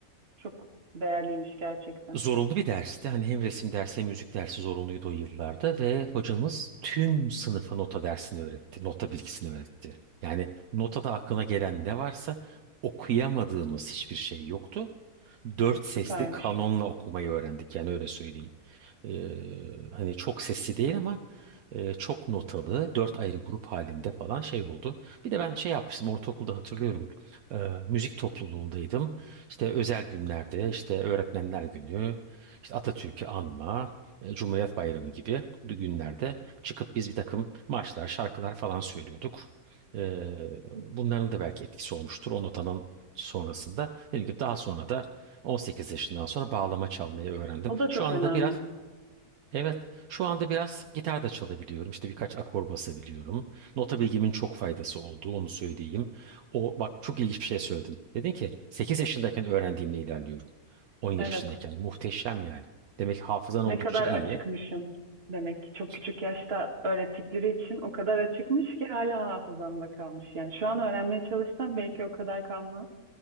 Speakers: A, on the right; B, on the right.
A: çok değerliymiş gerçekten.
B: Zorunlu bir dersti. Hani hem resim dersi hem müzik dersi zorunluydu o yıllarda ve hocamız tüm sınıfa nota dersini öğretti. Nota bilgisini öğretti. Yani notada aklına gelen ne varsa okuyamadığımız hiçbir şey yoktu. Dört
A: Aa,
B: sesli
A: süpermiş.
B: kanonla okumayı öğrendik yani öyle söyleyeyim. Ee, hani çok sesli değil ama e, çok notalı dört ayrı grup halinde falan şey oldu. Bir de ben şey yapmıştım ortaokulda hatırlıyorum e, müzik topluluğundaydım. İşte özel günlerde işte öğretmenler günü işte Atatürk'ü anma e, Cumhuriyet Bayramı gibi günlerde çıkıp biz bir takım marşlar şarkılar falan söylüyorduk. E,
A: Hı.
B: bunların da belki etkisi olmuştur o notanın sonrasında. Dediğim gibi daha sonra da 18 yaşından sonra bağlama çalmayı öğrendim.
A: O da
B: Şu
A: çok
B: anda
A: önemli.
B: da biraz Evet, şu anda biraz gitar da çalabiliyorum. İşte birkaç akor basabiliyorum. Nota bilgimin çok faydası oldu, onu söyleyeyim. O bak çok ilginç bir şey söyledin. Dedin ki 8 yaşındayken öğrendiğimle ilerliyorum. 10 yaşındayken
A: Evet.
B: muhteşem yani. Demek ki hafızan
A: Ne
B: oldukça
A: kadar
B: iyi.
A: açıkmışım demek ki. Çok
B: Ki-
A: küçük yaşta öğrettikleri için o kadar açıkmış ki hala hafızamda kalmış. Yani şu an öğrenmeye çalışsam belki o kadar kalmaz.